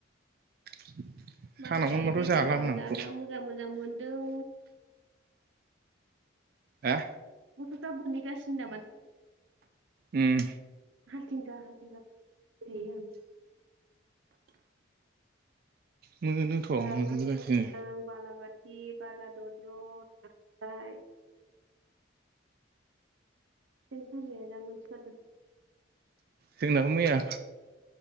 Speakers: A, on the right; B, on the right.
A: <inaudible>
B: मालाय
A: सानाव मोनबाथ'
B: दैबानायाव
A: जालामोन आं
B: जा
A: बेखौ
B: ना मोजां मोजां मोनदों
A: हो?
B: गथ'फ्रा बोनहैगासिनो नामा
A: उम
B: हालथिंगा हालथिंगा <unintelligible>
A: मोनोथ'
B: <unintelligible>
A: मोनबोगासिनो
B: <unintelligible> बालादद्र खांख्राय सेन सानाया जा मोनसो गारदों।
A: जोंनाबो मैया